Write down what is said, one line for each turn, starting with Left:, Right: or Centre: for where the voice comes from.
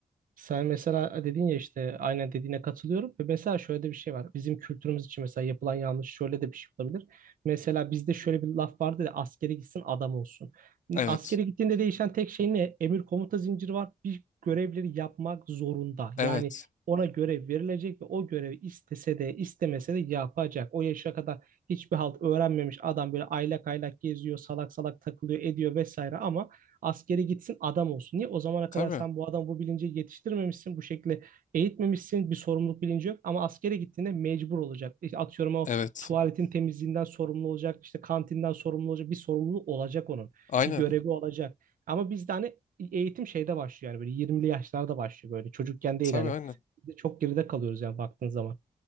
Right: Sen mesela dedin ya işte aynen dediğine katılıyorum. Ve mesela şöyle de bir şey var. Bizim kültürümüz için mesela yapılan yanlış şöyle de bir şey olabilir. Mesela bizde şöyle bir laf vardı ya askere gitsin adam olsun.
Left: Evet.
Right: Askere gittiğinde değişen tek şey ne? Emir komuta zinciri var. Bir görevleri yapmak zorunda.
Left: Evet.
Right: Yani ona görev verilecek ve o görevi istese de istemese de yapacak. O yaşa kadar hiçbir halt öğrenmemiş adam böyle aylak aylak geziyor, salak salak takılıyor, ediyor vesaire ama Askere gitsin adam olsun. Niye? O zamana kadar
Left: Tabii.
Right: sen bu adamı bu bilince yetiştirmemişsin. Bu şekilde eğitmemişsin. Bir sorumluluk bilinci yok. Ama askere gittiğinde mecbur olacak. İşte atıyorum o
Left: Evet.
Right: tuvaletin temizliğinden sorumlu olacak. işte kantinden sorumlu olacak. Bir sorumluluğu olacak onun.
Left: Aynen.
Right: Bir görevi olacak. Ama bizde hani eğitim şeyde başlıyor yani böyle 20'li yaşlarda başlıyor böyle çocukken değil
Left: Tabii
Right: hani
Left: aynen.
Right: çok geride kalıyoruz yani baktığın zaman.